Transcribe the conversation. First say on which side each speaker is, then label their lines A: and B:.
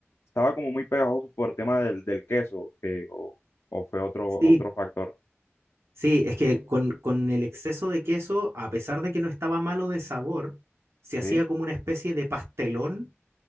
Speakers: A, on the left; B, on the right.
A: estaba como muy pegajoso por el tema del, del queso, que, o, o fue otro,
B: Sí,
A: otro factor,
B: sí, es que con, con el exceso de queso, a pesar de que no estaba malo de sabor, se hacía
A: ¿sí?
B: como una especie de pastelón